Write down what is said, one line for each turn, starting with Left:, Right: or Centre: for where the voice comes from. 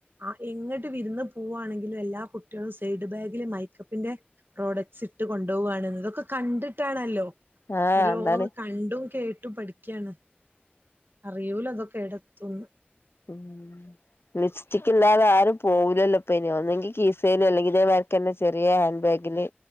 Right: ആ എങ്ങിട്ട് വിരുന്ന് പോവാണെങ്കിലും എല്ലാ കുട്ട ട്ട്യോളും സൈഡ് ബാഗിൽ മയിക്കപ്പിന്റെ പ്രോഡക്ട്സ് ഇട്ട് കൊണ്ടുപോവാണ്ന്ന് ഇതൊക്കെ കണ്ടിട്ടാണല്ലോ
Left: ആഹ്
Right: ഓരോന്ന്
Left: എന്താണ്
Right: കണ്ടും കേട്ടും പഠിക്ക ക്കാണ് അറിയൂല ഇതൊക്കെ ഏടെത്തുംന്ന്
Left: ഉം
Right: <inaudible>
Left: ലിപ്സ്റ്റിക്ക് ഇല്ലാതെ ആരും പോവുല്ലല്ലോ ഇപ്പ അയിന് ഒന്നെങ്കിൽ കീസേല് അല്ലെങ്കി ഇതേ മാൽക്കെന്നെ ചെറിയ ഹാൻഡ് ബാഗില്